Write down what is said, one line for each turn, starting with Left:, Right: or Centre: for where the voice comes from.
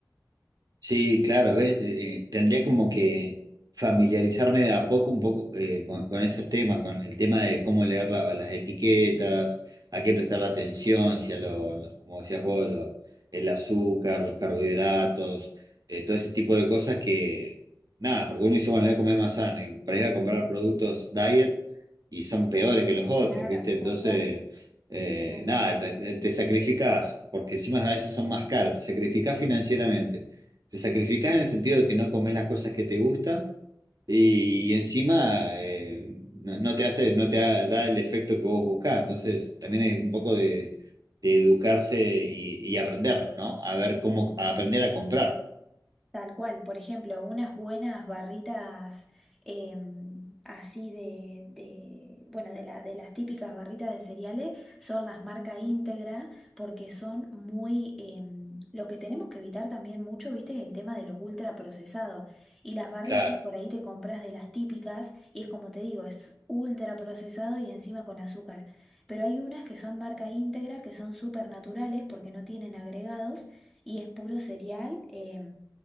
Right: Sí, claro, ¿ves? Eh, eh, tendría como que familiarizarme de a poco un poco eh, con, con esos temas, con el tema de cómo leer la- las etiquetas, a qué prestar la atención, si a lo, como decías vos, lo- el azúcar, los carbohidratos, eh, todo ese tipo de cosas que, nada, porque uno dice, bueno, voy a comer más sano, y para ir a comprar productos diet y son peores que los otros,
Centre: Claro,
Right: ¿viste? Entonces,
Centre: tal cual.
Right: eh,
Centre: Sí.
Right: nada, te, te sacrificás, porque encima a veces son más caros, te sacrificás financieramente te sacrificás en el sentido de que no comes las cosas que te gustan y, y encima eh, no, no te hace, no te ha- da el efecto que vos buscás. Entonces, también es un poco de, de educarse y, y aprender, ¿no? A ver cómo, a aprender a comprar.
Centre: Tal cual, por ejemplo, unas buenas barritas em, así de, de- bueno, de, la- de las típicas barritas de cereales son las marca íntegra porque son muy, em, lo que tenemos que evitar también mucho, viste, es el tema de los ultraprocesados. Y las barritas,
Right: Claro.
Centre: por ahí te compras de las típicas y es como te digo, es ultraprocesado y encima con azúcar. Pero hay unas que son marca íntegra, que son súper naturales porque no tienen agregados y es puro cereal. em,